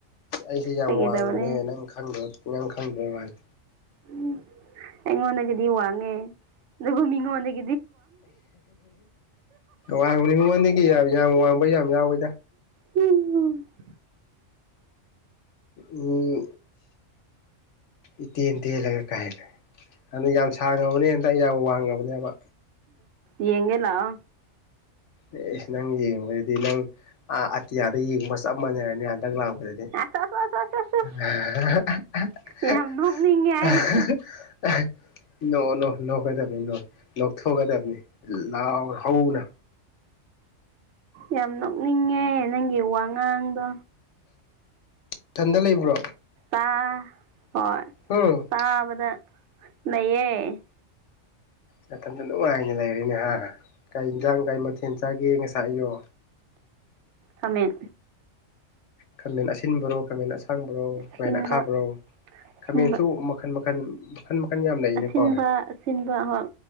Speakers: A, on the left; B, on the right.
A: ꯑꯩꯁꯦ ꯌꯥꯝ
B: ꯐꯥꯒꯤ
A: ꯋꯥꯡꯕꯅꯦ
B: ꯇꯧꯕꯅꯦ
A: ꯅꯪ ꯈꯪꯗꯕ ꯌꯥꯝꯪ ꯈꯪꯕꯅꯤ
B: ꯎꯝ ꯑꯩꯉꯣꯟꯗꯒꯤꯗꯤ ꯋꯥꯡꯉꯦ ꯑꯗꯨꯕꯨ ꯃꯤꯉꯣꯟꯗꯒꯤ
A: ꯋꯥꯡꯕꯅꯤ ꯃꯉꯣꯟꯗꯒꯤ ꯌꯥꯝ ꯋꯥꯡꯕ ꯌꯥꯝ ꯌꯥꯎꯋ
B: ꯝ <unintelligible>
A: ꯎꯝ ꯏꯇꯦꯟ ꯇꯦꯜꯂꯒ ꯀꯥꯏꯈꯦ ꯑꯗꯨꯅ ꯌꯥꯝ ꯁꯥꯡꯉꯕꯅꯦ ꯍꯟꯗꯛ ꯌꯥꯝ ꯋꯥꯡꯉꯕꯅꯦꯕ
B: ꯌꯦꯒꯦ ꯂꯥꯛ ꯑꯣ
A: ꯑꯦ ꯑꯦꯁ ꯅꯪ ꯌꯦꯡꯕꯗꯗꯤ ꯅꯪ ꯑꯇꯤꯌꯥꯗ ꯌꯦꯡꯕ ꯆꯞ ꯃꯥꯟꯅꯔꯅꯤ ꯂꯥꯛꯄꯗꯗꯤ
B: ꯑꯁ ꯑꯁ ꯑꯁ ꯑꯁ ꯑꯁ
A: <unintelligible>
B: ꯑꯁ ꯌꯥꯝ ꯅꯣꯛꯅꯤꯡꯉꯦ ꯑꯩ
A: ꯅꯣꯡ ꯅꯣ ꯅꯣꯛꯀꯗꯕꯅꯤ ꯅꯣꯏ ꯅꯣꯛꯊꯣꯛꯀꯗꯕꯅꯤ ꯂꯥꯎ ꯍꯧꯅ
B: ꯌꯥꯝ ꯅꯣꯛꯅꯤꯡꯉꯦ ꯅꯪꯒꯤ ꯋꯥꯉꯥꯡꯗꯣ
A: ꯏꯊꯟꯗ ꯂꯩꯕ꯭ꯔꯣ
B: ꯥ ꯍꯣꯏ
A: ꯎꯝ
B: ꯇꯥꯕꯗ ꯂꯩꯌꯦ
A: ꯅꯊꯟꯗ ꯅꯨꯡꯉꯥꯏꯅ ꯂꯩꯔꯦꯅꯦꯍ ꯀꯩ ꯌꯦꯟꯖꯥꯡ ꯀꯔꯤ ꯃꯊꯦꯜ ꯆꯥꯒꯦ ꯉꯁꯥꯏ ꯏꯌꯣ
B: ꯈꯃꯦꯦꯟ
A: ꯈꯥꯃꯦꯟ ꯑꯁꯤꯟꯕꯔꯣ ꯈꯥꯃꯦꯟ ꯑꯁꯥꯡꯕꯔꯣ ꯈꯥꯃꯦꯟ
B: ꯑꯁꯤꯟꯕ
A: ꯑꯈꯥꯕ꯭ꯔꯣ
B: ꯑꯁꯤꯟꯕ
A: ꯈꯥꯃꯦꯟꯁꯨ ꯃꯈꯟ ꯃꯈꯜ ꯃꯈꯟ ꯃꯈꯟ ꯃꯈꯟ ꯌꯥꯝ ꯂꯩꯅꯦ
B: ꯑꯁꯤꯟꯕ
A: ꯄꯥꯎꯋꯦ
B: ꯑꯁꯤꯟꯕ ꯍꯣꯏ